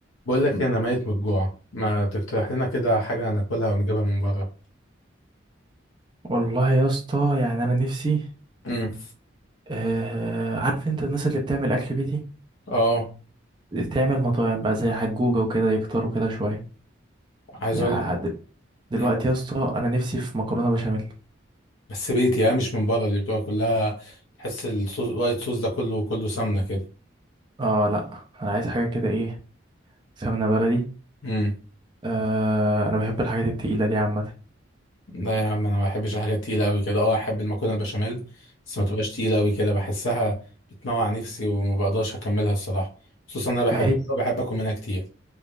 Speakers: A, on the left; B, on the right.
A: بقول لك إيه، انا ميت من الجوع ما تقترح لنا كده حاجه ناكلها ونجيبها من بره
B: والله يا اسطى يعني انا نفسي
A: امم
B: آه عارف انت الناس اللي بتعمل اكل بيتي
A: اه
B: تعمل مطاعم بقى زي حجوجة وكده يكتروا كده شوية
A: عايز
B: يعني
A: اقول لك
B: د- دلوقتي
A: يعني
B: يا اسطى انا نفسي في مكرونة بشاميل
A: بس بيتي يعني مش من بره اللي بتبقى كلها تحس الصوص الوايت صوص ده كله كله سمنه كده
B: اه لا انا عايز حاجة كده ايه سمنة بلدي
A: امم
B: آه انا بحب الحاجات التقيلة دي عامة
A: لا يا عم انا ما بحبش الحاجات تقيله قوي كده اه احب المكرونه البشاميل بس ما تبقاش تقيله قوي كده بحسها بتموع نفسي وما بقدرش اكملها الصراحه خصوصا انا بحب
B: ما هي
A: بحب اكل منها كتير